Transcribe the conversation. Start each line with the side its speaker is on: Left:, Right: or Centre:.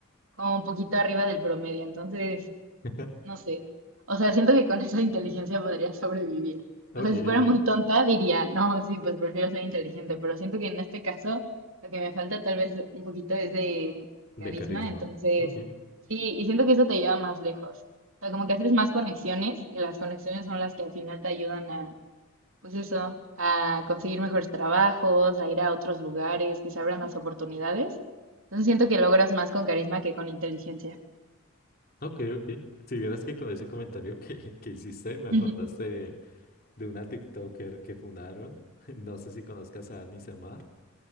Right: como un poquito arriba del promedio. Entonces,
Left: <laughs>
Right: no sé. O sea, siento que con <laughs> esa inteligencia podría sobrevivir.
Left: Ok,
Right: O sea, si fuera
Left: ok.
Right: muy tonta, diría, no, sí, pues prefiero ser inteligente, pero siento que en este caso lo que me falta tal vez un poquito es de
Left: De
Right: carisma,
Left: carisma.
Right: entonces,
Left: Ok,
Right: sí, y siento que eso te lleva más lejos. O sea, como que haces más conexiones y las conexiones son las que al final te ayudan a, pues eso, a conseguir mejores trabajos, a ir a otros lugares, que se abran las oportunidades. Entonces siento que logras más con carisma que con inteligencia.
Left: ok, ok. Si vieras que con ese comentario <laughs> que, que hiciste me acordaste
Right: <laughs>
Left: de, de una TikToker que funaron, <laughs> no sé si conozcas a Annie Semar,